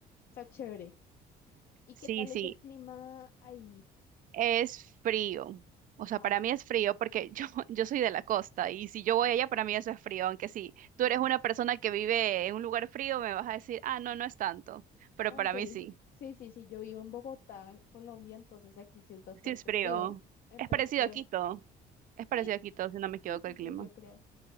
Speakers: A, on the left; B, on the right.
A: Está chévere. ¿Y
B: Sí,
A: qué tal
B: sí,
A: es el clima ahí?
B: Es frío. O sea,
A: Ah,
B: para
A: Ok,
B: mí es frío porque yo, <laughs> yo soy de la costa y si yo voy allá, para mí eso es frío. Aunque sí, tú eres una persona que vive en un lugar frío, me vas a decir, ah, no, no es tanto. Pero
A: ok,
B: para mí sí,
A: sí, sí, sí, yo vivo en Bogotá, Colombia, entonces aquí sí es bastante
B: sí es frío.
A: frío. Entonces
B: Es parecido
A: creo,
B: a Quito. Es parecido
A: sí,
B: a Quito, si no me equivoco
A: sí, sí,
B: el
A: sí,
B: clima.
A: yo creo.